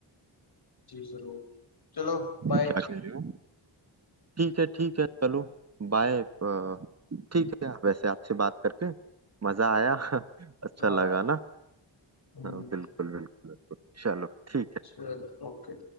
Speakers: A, on the left (about 55°); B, on the right (about 35°).
A: जी जरूर चलो बाय
B: क्या कह रहे हो ठीक है ठीक है चलो बाय अ, ठीक है वैसे आपसे बात करके मजा आया <laughs> अच्छा
A: हाँ
B: लगा ना
A: हम्म,
B: हाँ, बिल्कुल बिल्कुल बिल्कुल चलो ठीक है
A: चलो ओके